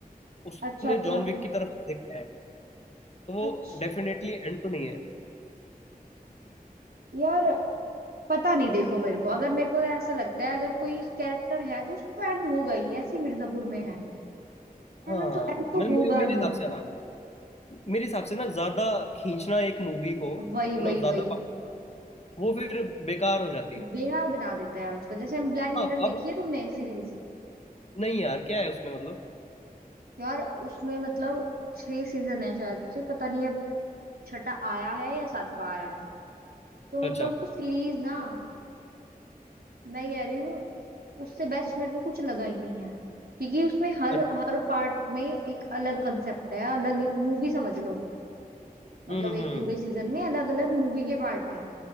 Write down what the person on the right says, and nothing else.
अच्छा अच्छा
अच्छा
यार पता नहीं देखो मेरे को अगर मेरे को तो ऐसा लगता है अगर कोई कैरेक्टर है तो उसका तो एंड होगा ही ऐसे मिर्जापुर में है
है ना तो एंड तो
होगा
ही
वही
वही
वही
बेकार बना देता है उसको जैसे हम ब्लैक
मिरर
देखी है तुमने सीरीज
यार उसमें मतलब छह सीजन है शायद से पता नहीं छठा आया है या सातवां आया है तो
मतलब वो सीरीज ना मैं कह रही हूँ उससे बेस्ट मेरे को कुछ लगा ही नहीं है क्योंकि उसमें हर
हर पार्ट में एक अलग कंसेप्ट है अलग मूवी समझ लो मतलब
एक
पूरे सीजन में अलग अलग मूवी के पार्ट है